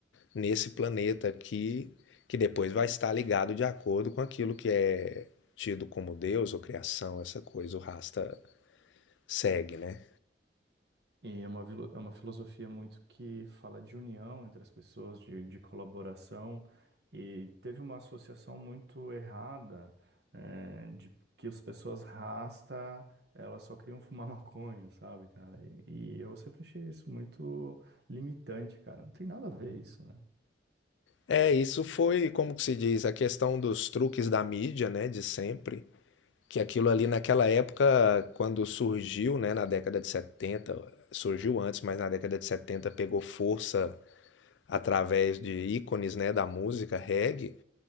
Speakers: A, on the left (about 80°); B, on the right (about 65°).
A: nesse planeta aqui, que depois vai estar ligado de acordo com aquilo que é tido como Deus ou criação, essa coisa, o Rasta segue, né?
B: E é uma, vilo- é uma filosofia muito que fala de união entre as pessoas, de, de colaboração, e teve uma associação muito errada, eh, de que as pessoas rasta, elas só queriam fumar <laughs> maconha, sabe, cara? E, e eu sempre achei isso muito limitante, cara. Não tem nada a ver isso, né?
A: É, isso foi, como que se diz, a questão dos truques da mídia, né, de sempre, que aquilo ali naquela época, quando surgiu, né, na década de setenta, surgiu antes, mas na década de 70 pegou força através de ícones, né, da música reggae,